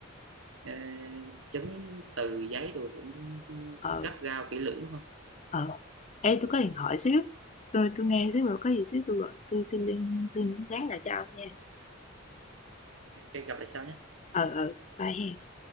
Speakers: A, on the right; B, on the left.
A: ờ, ờ, chứng từ giấy rồi cũng
B: ờ
A: gắt gao kỹ lưỡng đúng không?
B: ờ ê tôi có điện thoại xíu tôi tôi nghe xíu rồi có gì xíu tôi gọi tôi tôi liên tôi nhắn lại cho ông nha
A: Ok, gặp lại sau nhé.
B: ờ ờ bye hen